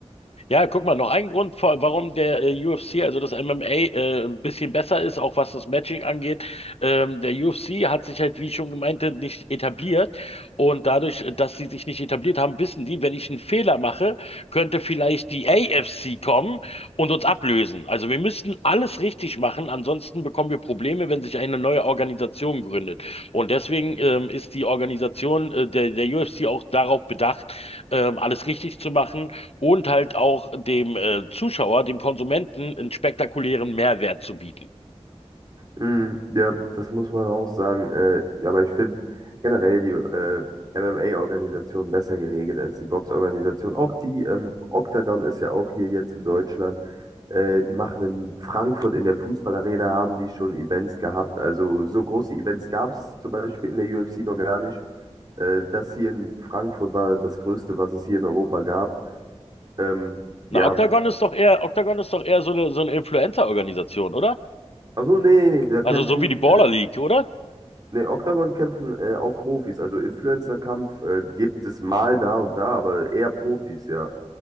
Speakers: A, on the left; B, on the right.
A: Ja, guck mal, noch ein Grund, vor- warum der äh, UFC, also das MMA, äh, ein bisschen besser ist, auch was das Matching angeht. Ähm, der UFC hat sich halt, wie ich schon gemeinte, nicht etabliert. Und dadurch, äh, dass sie sich nicht etabliert haben, wissen die, wenn ich einen Fehler mache, könnte vielleicht die AFC kommen und uns ablösen. Also wir müssten alles richtig machen, ansonsten bekommen wir Probleme, wenn sich eine neue Organisation gründet. Und deswegen ähm, ist die Organisation äh, der, der UFC auch darauf bedacht, ähm, alles richtig zu machen und halt auch dem äh, Zuschauer, dem Konsumenten, einen spektakulären Mehrwert zu bieten.
B: Mm, ja, das muss man auch sagen. Äh, ja, aber ich finde generell die äh, MMA-Organisation besser geregelt als die Box-Organisation. Auch die ähm, Octagon ist ja auch hier jetzt in Deutschland. Äh, die machen in Frankfurt in der Fußballarena, haben die schon Events gehabt. Also so große Events gab es zum Beispiel in der UFC noch gar nicht. Äh, das hier in Frankfurt war das Größte, was es hier in Europa gab. Ähm, ja,
A: Na, Octagon ist doch eher, Octagon ist doch eher so eine, so eine Influencer-Organisation, oder?
B: also nee, nee, nee, da
A: Also
B: kämpfen.
A: so wie die Baller
B: äh,
A: League, oder?
B: Nee, Octagon kämpfen äh, auch Profis. Also Influencer-Kampf äh, gibt es mal da und da, aber eher Profis, ja.